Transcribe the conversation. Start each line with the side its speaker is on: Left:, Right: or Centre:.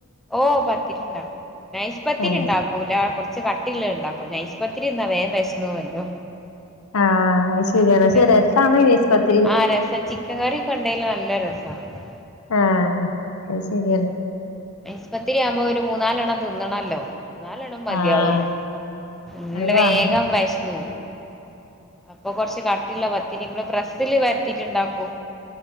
Centre: ഓഹ് പത്തിരിണ്ടാക്കും. നൈസ് പത്തിട്ടുണ്ടാക്കൂല.
Left: ആഹ്
Centre: കൊർ ച്ച് കട്ടില്ലത് ഉണ്ടാക്കും നൈസ് പത്തിരി തിന്നാൽ വേം വിശന്നെവല്ലോ
Left: ആഹ് അത് ശരിയാണ്
Centre: അതുകൊണ്ട്
Left: പക്ഷെ രസാണ് നൈസ് പത്തിരി
Centre: ആ രസ ചിക്കൻ കറിക്കെ ഉണ്ടൽ നല്ല രസം സ
Left: ആ അത് ശരിയാണ്
Centre: നൈസ് പത്തിരി ആവുമ്പോ ഒരു മൂന്നാലണം തിന്നണല്ലോ നാലെണ്ണം മതിയാവുല
Left: ആഹ്
Centre: അന്ന്
Left: അത് വേണം
Centre: വേഗം വശന്നുപോവും അപ്പൊ കൊറച്ച് കട്ടില്ല പത്തിരി നമ്മൾ പ്രസ്സില് പത്തിരി ഉണ്ടാക്കുമോ